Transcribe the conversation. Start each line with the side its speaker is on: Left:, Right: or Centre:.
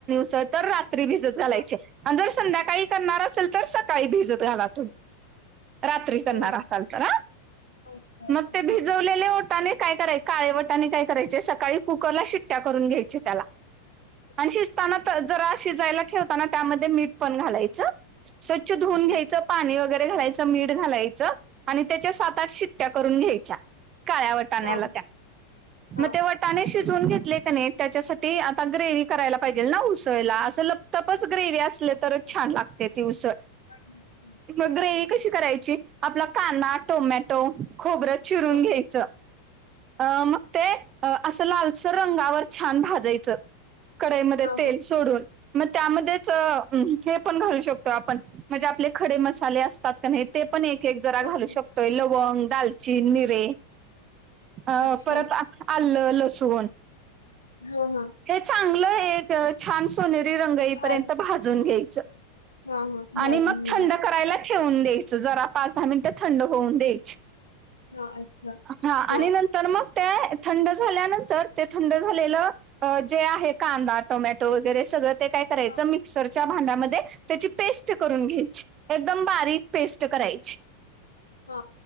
Right: स तर रात्री भिजत घालायचे.
Left: हां,
Right: आणि जर संध्याकाळी. करणार असेल तर सकाळी भिजत घरातून. रात्री करणार
Left: हां, हां, हां.
Right: असाल तर
Left: अच्छा,
Right: मग
Left: अच्छा.
Right: ते भिजव. लेल्या वटाने काय कराय काळे वटाने काय करायचे. सकाळी कुकरला शिट्ट्या करून घ्यायचे त्याला.
Left: <unintelligible>
Right: आणि शिजताना जरा शिजयला ठेवताना त्यामध्ये मीठ पण घालायचं. स्वच्छ धुवून
Left: हां,
Right: घ्यायं पाणी वगैरे घालायचं. मीठ घालायचं आणि त्याच्या सात आठ शिट्ट्या करून घ्यायच्या. काळ्या वटाण्याला
Left: हां,
Right: त्या
Left: हां,
Right: मग ते. शिजून घेतले क त्याच्यासाठी आता ग्रेव्ही करायला. पाहिजे ना उसळला असं लपतपच ग्रेव्ही असले तरच छान लागते ती उसळ
Left: ह् हम्
Right: मग ग्रेव्ही कशी करायची आपला कांदा टोमॅटो खोबरं चिरून
Left: हां,
Right: घ्यायचं अ मग ते असं लालसर रंगावर छान भाजायचं कढईमध्ये
Left: हां,
Right: तेल
Left: हां,
Right: सोडून मग त्यामध्येच
Left: हां.
Right: ण घालू शकतो आपण म्हणजे आपले खडे मसाले असतात का ते पण एक एक जरा
Left: हो,
Right: घालू शकतो.
Left: हो.
Right: तोय लवंग दालचचीन निरे अ
Left: अच्छा.
Right: परत आलं लसण
Left: हा हा
Right: हे चांगलं एक छान सोनेरी रंग येई
Left: भाज
Right: पर्यंत भाजून घ्यायचं.
Left: हां, हां. भाजून
Right: आणि मग
Left: घ्यायचं.
Right: थंड करायला ठेवून द्यायच जरा पाच दहा मिनिटं थंड होऊन द्यायच.
Left: हां, अच्छा.
Right: हा
Left: हो.
Right: आणि नंतर मग त्या थंड झाल्यानंतर ते थंड झालेलं. अ जे आहे कांदा टोमॅटो वगैरे सगळं ते काय करायचं.
Left: हां, हां,
Right: मिक्सर च्या भांड्यामध्ये त्याची पेस्ट करून घ्यायची एकदम बारीक पेस्ट करायची.
Left: हा